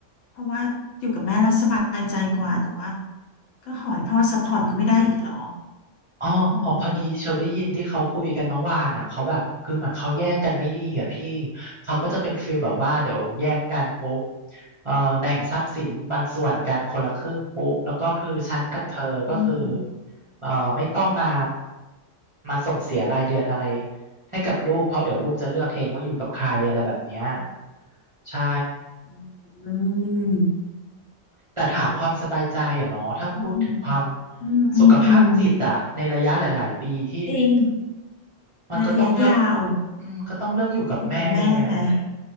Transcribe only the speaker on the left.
เพราะว่าอยู่กับแม่แล้วสบายใจกว่าแต่ว่าก็หอยพ่อซัพพอร์ตก็ไม่ได้อีกเหรอ
อืม
อืม
อืมอืม
อืมอืมอืมอืม
จริง
ในระยะยาว
อยู่กับแม่ไหม